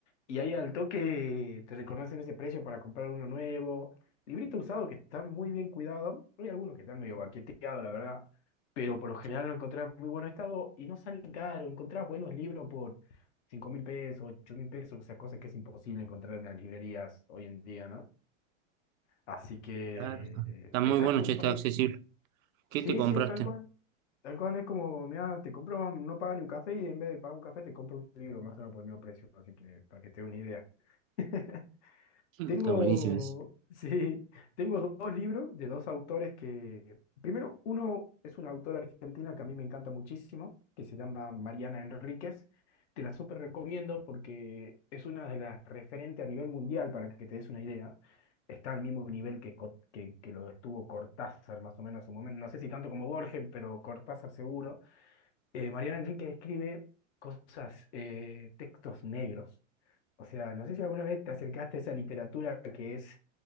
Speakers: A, on the left; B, on the right.
A: y ahí al toque te reconocen ese precio para comprar uno nuevo. Librito usado que están muy bien cuidados. Hay algunos que están medio baqueteados, la verdad. Pero por lo general
B: Sí,
A: lo encontrás en muy buen estado y no salen caro. Encontrás buenos libros por cinco mil pesos, ocho mil pesos, o sea, cosas que es imposible encontrar en las librerías hoy en día, ¿no? Así que
B: claro, está,
A: eh,
B: está muy
A: me traje
B: bueno,
A: un
B: che, está
A: par
B: accesible.
A: de...
B: ¿Qué
A: Sí,
B: te compraste?
A: sí, tal cual.
B: <laughs>
A: Tal cual es como, mira, te compro, no paga ni un café y en vez de pagar un café te compro un libro más o menos por el mismo precio. Así que para que te dé una idea. <laughs>
B: Mm,
A: Tengo,
B: Está buenísimo eso.
A: <laughs> sí, tengo dos libros de dos autores que, primero, uno es una autora argentina que a mí me encanta muchísimo, que se llama Mariana Enríquez. Te la súper recomiendo porque es una de las referentes a nivel mundial, para que te des una idea. Está al mismo nivel que, Co- que, que lo estuvo Cortázar, más o menos en su momento. No sé si tanto como Borges, pero Cortázar seguro. Eh, Mariana Enríquez escribe cosas, eh, textos negros. O sea, no sé si alguna vez te acercaste a esa literatura que es